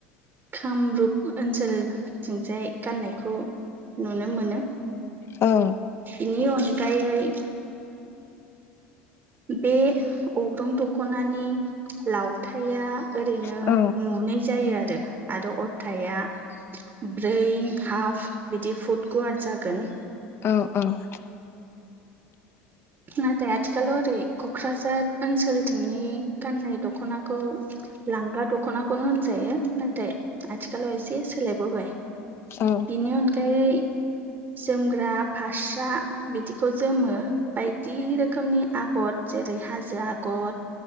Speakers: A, on the right; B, on the left.
A: कामरुप ओनसोलथिंजाय गाननायखौ नुनो मोनो।
B: औ
A: बेनि अनगायै बे अग्रं दख'नानि लावथाया ओरैनो
B: औ
A: मुनै जायो आ आरो अरथाया ब्रै हाफ बिदि फुट गुवार जागोन।
B: औ औ
A: नाथाय आथिखालाव ओरै क'क्राझार ओनसोलथिंनि गाननाय दख'नाखौ लांगा दख'नाखौनो होनजायो नाथाय आथिखालआव एसे सोलायबोबाय।
B: औ।
A: बेनि अनगायै जोमग्रा फास्रा बिदिखौ जोमो। बायदि रोखोमनि आगर जेरै हाजो आगर